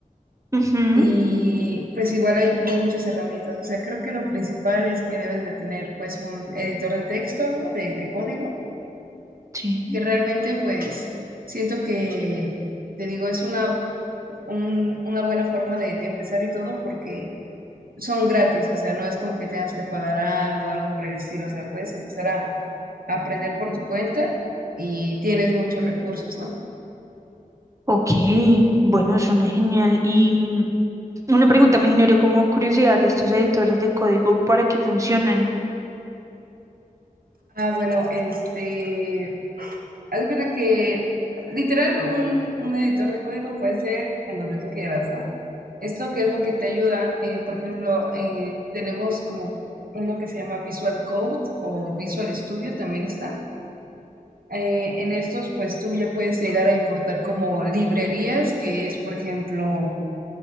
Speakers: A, on the right; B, on the right.
A: Ujú,
B: Y pues igual hay muchas herramientas. O sea, creo que lo principal es que debes de tener pues un editor de texto, ¿no? De, de código
A: sí.
B: que realmente pues siento que, te digo, es una, un- una buena forma de, de empezar y todo porque son gratis, o sea, no es como que tengas que pagar algo, algo por el estilo, o sea, puedes empezar a, a aprender por tu cuenta y tienes muchos recursos, ¿no?
A: Ok, bueno, suena genial. Y mm, una pregunta me generó como curiosidad, ¿estos editores de código para qué funcionan?
B: Ah, bueno, este, haz de cuenta que literal un, un editor de código puede ser en donde tú quieras, ¿no? Esto que es lo que te ayuda, eh, por ejemplo, eh, tenemos como uno que se llama Visual Code o Visual Studio también está. Eh, en estos, pues tú ya puedes llegar a importar como librerías, que es, por ejemplo,